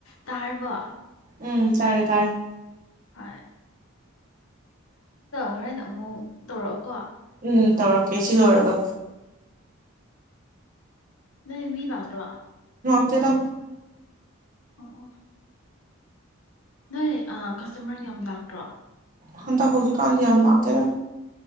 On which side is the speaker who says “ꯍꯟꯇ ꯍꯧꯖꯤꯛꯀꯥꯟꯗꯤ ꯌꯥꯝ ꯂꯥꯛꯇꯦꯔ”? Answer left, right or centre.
Right